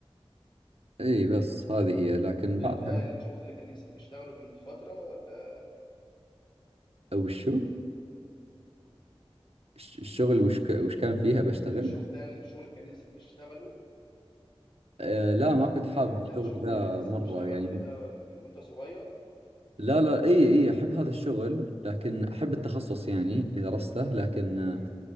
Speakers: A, on the right (about 80°); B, on the left (about 50°).
A: اي بس هذه هي لكن
B: طيب
A: بعدها
B: ده الشغل اللي كان نفسك تشتغله من فترة ولا
A: وشو الش- الشغل وش ك- وش كان فيها بشتغل
B: الشغل ده الشغل اللي كان نفسك تشتغله
A: آه لا ما كنت حاب
B: يعني
A: الشغل
B: ده الشغل
A: ذا
B: اللي كان نفسك
A: مرة
B: تشتغله
A: يعني
B: كده من وانت صغير
A: لا لا اي اي احب هذا الشغل لكن احب التخصص يعني اللي درسته لكن
B: مم.